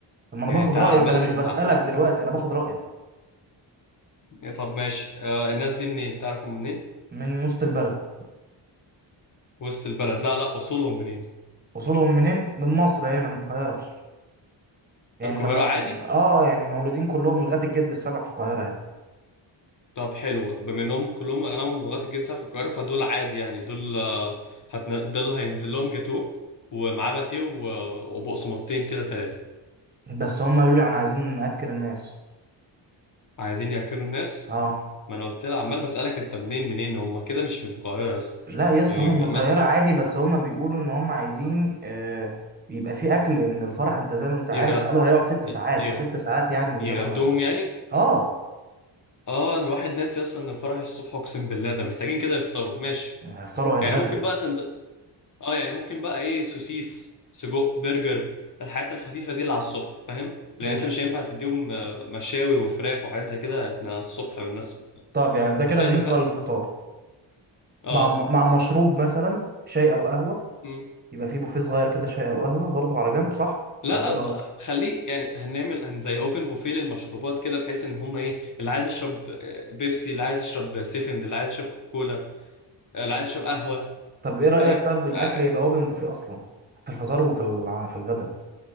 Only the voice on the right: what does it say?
طب ما أنا
باخد
رأيك أنا مش
بسألك دلوقتي أنا باخد رأيك
من وسط البلد
وصولهم منين؟ من مصر هنا من القاهرة يعني
ما
أنا- آه يعني مولودين كلهم لغاية الجد السبع في القاهرة يعني
بس هم قالوا لي أنا عايزين نأكل الناس
آه
لا يا اسطى
هم من القاهرة
عادي بس هم بيقولوا ان هم عايزين آه، يبقى في اكل ان الفرح انت زي ما انت عارف
قالوا هيقعد ست ساعات
فست ساعات يعني من
غير
اه
هيفطروا وهيتغدوا
ماشي
طب يعني ده
كده
بالنسبة
للفطار
مع مع مشروب مثلا شاي او قهوة
يبقى في بوفيه صغير كده شاي او قهوة برضو على جنب صح
ولا ايه
رأيك
طب ايه رأيك
طب الاكل
يبقى اوبن بوفيه اصلا في الفطار وفي الع- في الغدا